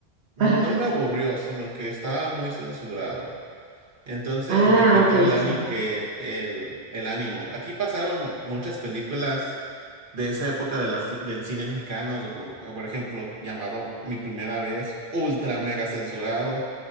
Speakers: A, on the right (about 50°); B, on the right (about 75°).
A: No
B: Ajá.
A: me aburrió, sino que estaba muy censurado. Entonces
B: Ah,
A: me quitó
B: ok,
A: el,
B: sí.
A: ani- eh, el, el ánimo. Aquí pasaron muchas películas de esa época de la ci- del cine mexicano, docu- por ejemplo, llamado Mi Primera Vez, ultra mega censurado.